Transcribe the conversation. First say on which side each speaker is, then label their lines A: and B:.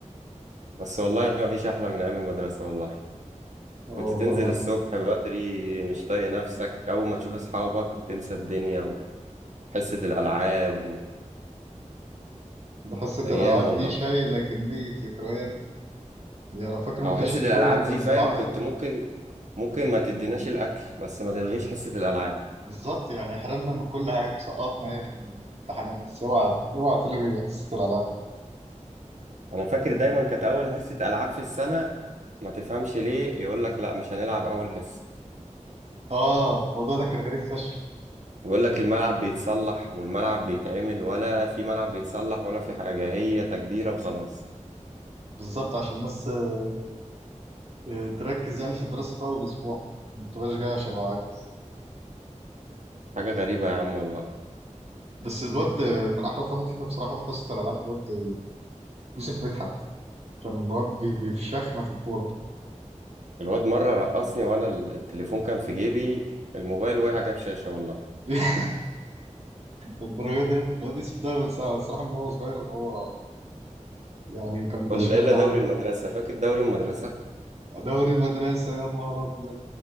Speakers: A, on the right; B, on the right.
A: بس والله ما فيش أحلى من أيام المدرسة والله
B: اه والله
A: كنت تنزل
B: انا
A: الصبح بدري مش طايق نفسك أول ما تشوف أصحابك تنسى الدنيا وحصة الألعاب
B: ده حصة
A: وأيام
B: الالعاب
A: والله
B: دي شايلة كمية ذكريات يا لو فاكر متوشة
A: أو حصة الألعاب
B: الكرة اللي كنا
A: دي
B: بنلعبها
A: فاهم كنت
B: دي
A: ممكن ممكن ما تديناش الأكل بس ما تلغيش حصة الألعاب
B: بالظبط يعني حرمنا من كل حاجه سقطنا يا اخي من امتحانات بس اوعى اوعى تلغي حصه الالعاب
A: انا فاكر دايما كانت اول حصه العاب في السنه ما تفهمش ليه يقول لك لا مش هنلعب اول حصه
B: اه الموضوع ده كان غريب فشخ
A: ويقول لك الملعب بيتصلح والملعب بيتعمل ولا في ملعب بيتصلح ولا في حاجه هي تجديره وخلاص
B: بالظبط عشان الناس آه، آه، تركز يعني في الدراسه في اول اسبوع ما تبقاش جاي عشان الالعاب بس
A: حاجه غريبه يا عم والله
B: بس الواد آه، كان احرف واحد فينا بصراحه في حصه الالعاب الواد آه، يوسف مدحت كان الواد بي- بيفشخنا في الكوره
A: الواد مره رقصني وانا التليفون كان في جيبي الموبايل وقع جاب شاشه والله
B: <laughs> الدرجه دي الواد يوسف ده من ساعه الصراحه من هو صغير هو يعني كان مدشملنا
A: ولا الا دوري
B: قوي في الكوره
A: المدرسه فاكر دوري المدرسه
B: دوري المدرسه يا نهار ابيض